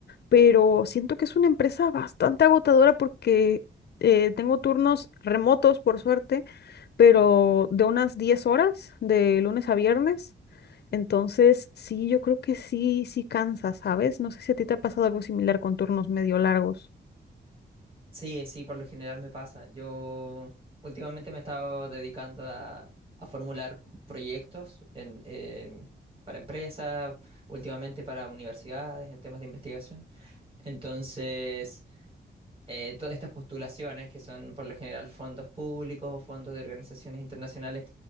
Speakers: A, on the left; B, on the right.
A: pero
B: Ok.
A: siento que es una empresa bastante agotadora porque eh, tengo turnos remotos, por suerte, pero de unas 10 horas, de lunes a viernes. Entonces, sí, yo creo que sí, sí cansa, ¿sabes? No sé si a ti te ha pasado algo similar con turnos medio largos.
B: Sí, sí, por lo general me pasa. Yo últimamente me he estado dedicando a, a formular proyectos en, em, para empresas, últimamente para universidades, en temas de investigación. Entonces, eh, todas estas postulaciones, que son por lo general fondos públicos, o fondos de organizaciones internacionales,